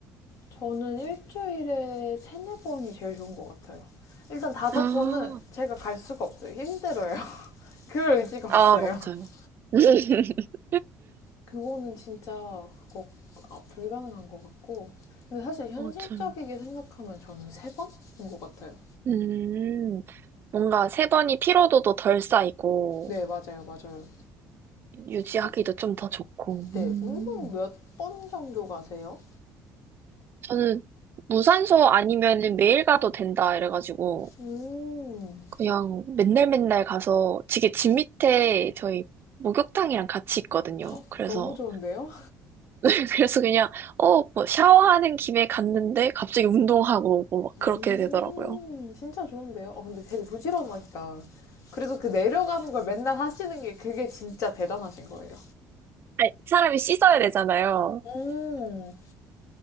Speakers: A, on the left (about 60°); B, on the right (about 40°).
A: 저는 일주일에 세네 번이 제일 좋은 것 같아요. 일단 다섯
B: 아,
A: 번은 제가 갈 수가 없어요. 힘들어요. <laughs> 그럴 의지가 없어요.
B: 아, 뭐. 맞아요.
A: <laughs>
B: <laughs>
A: 그거는 진짜 그거 아, 불가능한 것 같고. 근데 사실 현실적이게
B: 맞아요.
A: 생각하면 저는 세 번인 것 같아요.
B: 음, 뭔가 세 번이 피로도도 덜 쌓이고,
A: 네, 맞아요, 맞아요.
B: 유지하기도
A: 주로
B: 좀 더 좋고.
A: 네,
B: 음.
A: 운동 몇 번 정도 가세요?
B: 저는 무산소 아니면은 매일 가도 된다, 이래가지고.
A: 음,
B: 그냥 맨날 맨날 가서 이게 집 밑에 저희 목욕탕이랑 같이 있거든요.
A: 헉,
B: 그래서
A: 너무 좋은데요?
B: <laughs> 그래서 그냥 어 뭐 샤워하는 김에 갔는데 갑자기 운동하고 오고 막
A: 음,
B: 그렇게 되더라고요.
A: 진짜 좋은데요? 어, 근데 되게 부지런하시다. 그래서 그 내려가는 걸 맨날 하시는 게 그게 진짜 대단하신 거예요.
B: 아니, 사람이 씻어야 되잖아요.
A: 음,